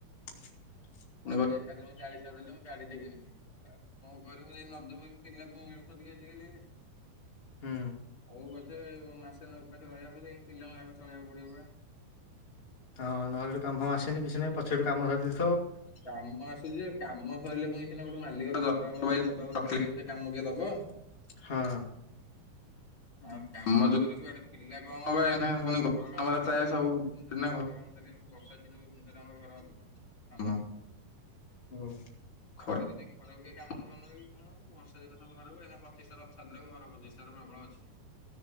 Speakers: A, on the left; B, on the left.
A: ଷ୍ଟୁଚ୍
B: ମ ଏକା ଦିନରେ ଚାଳିଶ ଦେଲେ। ଗାଡି ଟେ କିଣିବି କଣ କରିବ ଯେ ନଦୁର ପିଲାକୁ ମିଳୁଚନ୍ତି କିନ୍ତି ହେଲେ
A: ହୁଁ।
B: ହଉ ବଧେ ମାସେ ଉପାସ ରହିବା ପଛେ ପିଲାଙ୍କୁ ଆଗ ଚଳେଇବାକୁ ପଡିବ ପା
A: ହଁ ନହେଲେ ଏଠୁ କାମ ଆସନ କିଛିହିଁ ପଛେଠୁ କାମ ସି
B: କାମ ଆସୁଛି କାମ ସରିଲେ ପୁଣି ସିନା ଗୋଟେ ମାଲିକ ଦବାବ ଭାଇ ଜବାବ ରଖିଲି ସେ କାମ କିଏ ଦବ?
A: ହଁ
B: ଆଉ କାମ ଜୋରରେ ଆଡେ ପିଲା କଣ ବା ଏନା ପୁଣି ଘର କାମରେ ପ୍ରାୟ ସବୁ ଘର କାମ କୁ ବର୍ଷା ଦିନ ଭୁବେଶ୍ବରରେ ଆମର ଘର ଅଧିକ
A: ଓୋ
B: ଖ ଦିନ ଖରାକୁ କେହି କାମ କରୁିବନ କି କଣ ବର୍ଷାଦିନେ ସବୁଘର ଏଇନା ପ୍ରତିଷ୍ଠା ରଥଯାତ୍ରାକୁ ଘର ପ୍ରତିଷ୍ଠା ପ୍ରବଳ ଅଛି